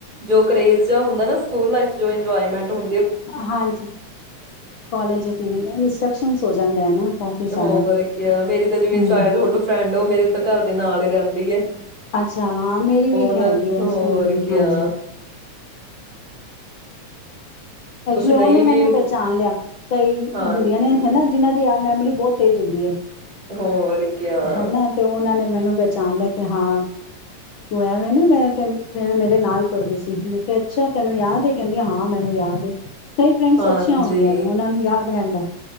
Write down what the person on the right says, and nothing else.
ਜੋ ਕਰੇਜ਼ ਜਿਆ ਹੁੰਦਾ ਨਾ, ਸਕੂਲ ਲਾਇਫ ਜੋ ਇੰਜੋਏਮੈਂਟ ਹੁੰ
ਹੋਰ ਕਿਆ ਮੇਰੀ ਤਾਂ ਜਿਵੇਂ
ਚਾਈਲਡਹੁੱਡ ਫਰੈਂਡ ਉਹ ਮੇਰੇ ਤਾਂ ਘਰ ਦੇ ਨਾਲ ਰਹਿੰਦੀ ਹੈ।
ਹੁਣ
ਹੋਰ
ਕਿਆ
ਕੁਛ ਨਹੀਂ
ਵੀ
ਹਾਂਜੀ।
ਹੋਰ ਕਿਆ।
ਹਾਂਜੀ